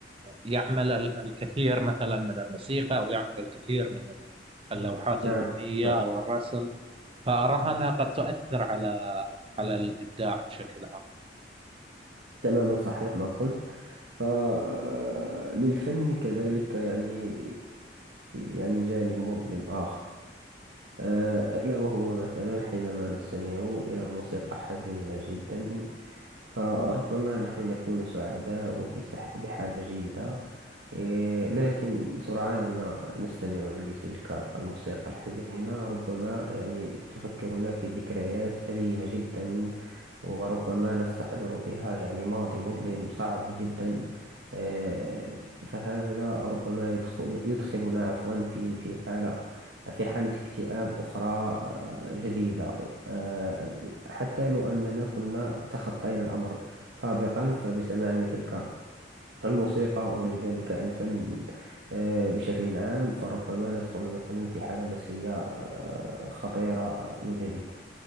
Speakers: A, on the right; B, on the right.
A: يعمل ال- الكثير مثلا من الموسيقى أو يعمل الكثير من ال- اللوحات
B: نعم
A: الفنية
B: نعم
A: أو الرسم فأراها أنها قد تؤثر على على الإبداع بشكل عام
B: تماما صحيح ما قلت فللفن كذلك يعني يعني جانب مظلم آخر أه، ألا وهو مثلا حينما نستمع إلى موسيقى حزينة جدا فربما نحن نكون سعداء وبصح بحالة جيدة إيه، لكن سرعان ما نستمع لتلك الموسيقى الحزينة ربما يعني تفكرنا في ذكريات أليمة جدا وربما نستحضر بها يعني ماضي مظلم صعب جدا آه، فهذا ربما يدخل يدخلنا عفوا في في حالة في حالة اكتئاب أخرى آه، جديدة آه، حتى لو أننا كنا تخطينا الأمر سابقا فبسماعنا تلك الموسيقى أو لذلك الفن آه، بشكل عام فربما ندخل مثلا في حالة نفسية آه، خطيرة آه، من جديد